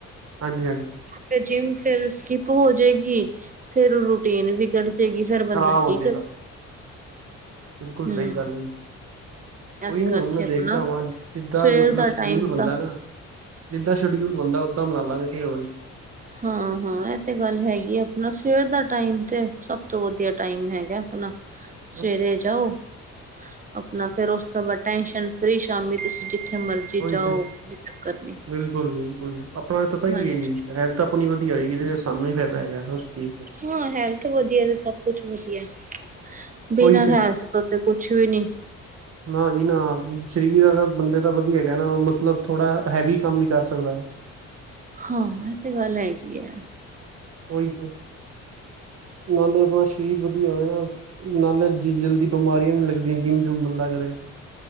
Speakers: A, on the right (about 55°); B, on the right (about 25°).
A: ਹਾਂਜੀ, ਹਾਂਜੀ।
B: ਫੇਰ ਜਿਮ ਫੇਰ ਸਕਿਪ ਹੋਜੇਏਗੀ, ਫੇਰ ਰੂਟੀਨ ਵੀ ਕੱਢ ਜੇ ਗੀ ਫੇਰ
A: ਖ਼ਰਾਬ
B: ਬੰਦਾ
A: ਹੋ
B: ਕੀ
A: ਜਾਏਗਾ
B: ਕਰ
A: ਬਿਲਕੁਲ
B: ਹਮ
A: ਸਈ ਗੱਲ ਐ ਜੀ। ਕੋਈ
B: ਇਸ
A: ਨੀ
B: ਕਰਕੇ
A: ਹੁਣ ਮੈਂ
B: ਆਪਣਾ
A: ਦੇਖਦਾ ਵਾਂ, ਜਿੱਦਾਂ
B: ਸਵੇਰ
A: ਮਤਲਬ
B: ਦਾ
A: ਸ਼ਡਿਊਲ
B: ਟਾਈਮ
A: ਬਣਦਾ
B: ਤਾਂ
A: ਨਾ ਜਿੱਦਾਂ ਸ਼ਡਿਊਲ ਬਣਦਾ ਓਦਾਂ ਬਣਾ ਲਵਗੇ ਕਈ ਹੋਰ ਜ
B: ਹਾਂ-ਹਾਂ ਇਹ ਤੇ ਗੱਲ ਹੈਗੀ ਐ ਆਪਣਾ ਸਵੇਰ ਦਾ ਟਾਈਮ ਤੇ ਸਭ ਤੋਂ ਵਧੀਆ ਟਾਈਮ ਹੈਗਾ ਆਪਣਾ
A: <inaudible>
B: ਸਵੇਰੇ ਜਾਓ ਆਪਣਾ ਫੇਰ ਉਸ ਤੋਂ ਬਾਅਦ ਟੈਨਸ਼ਨ ਫ੍ਰੀ ਸ਼ਾਮੀ ਤੁਸੀਂ ਜਿੱਥੇ ਮਰਜ਼ੀ
A: ਉਹੀ
B: ਜਾਓ
A: ਤੇ,
B: ਕੋਈ ਚੱਕਰ ਨੀ
A: ਬਿਲਕੁਲ-ਬਿਲਕੁਲ ਆਪਣਾ ਪਤਾ ਕੀ
B: ਹਾਂਜੀ
A: ਐ ਜੀ। ਤਾਂ ਆਪਣੀ ਵਧੀਆ ਹੋਏਗੀ ਤੇ ਸਾਨੂੰ ਹੀ ਫਾਇਦਾ ਹੈਗਾ ਉਸ ਚੀਜ਼ ਦਾ
B: ਹਾਂ ਹੈਲਥ ਵਧੀਆ ਤੇ ਸਭ ਕੁਛ ਵਧੀਆ ਬਿਨਾਂ
A: ਉਹੀ ਤੇ
B: ਹੈਲਥ ਤੋਂ ਤੇ ਕੁਛ ਵੀ ਨੀ
A: ਨਾ ਜੀ ਨਾ ਸਰੀਰ ਅਗਰ ਬੰਦੇ ਤਾਂ ਵਧੀਆ ਹੈਗਾ ਨਾ ਮਤਲਬ ਥੋੜਾ ਹੈਵੀ ਕੰਮ ਨੀ ਕਰ ਸਕਦਾ।
B: ਹਾਂ ਇਹ ਤੇ ਗੱਲ ਹੈਗੀ ਐ।
A: ਉਹੀ ਤੇ, ਨਾਲੇ ਆਪਣਾ ਸਰੀਰ ਵਧੀਆ ਹੋਵੇ ਨਾਲੇ ਜੀ ਜਲਦੀ ਬਿਮਾਰੀਆਂ ਨੀ ਲੱਗਦੀਆਂ ਜਿੰਮ ਜੁਮ ਬੰਦਾ ਕਰੇ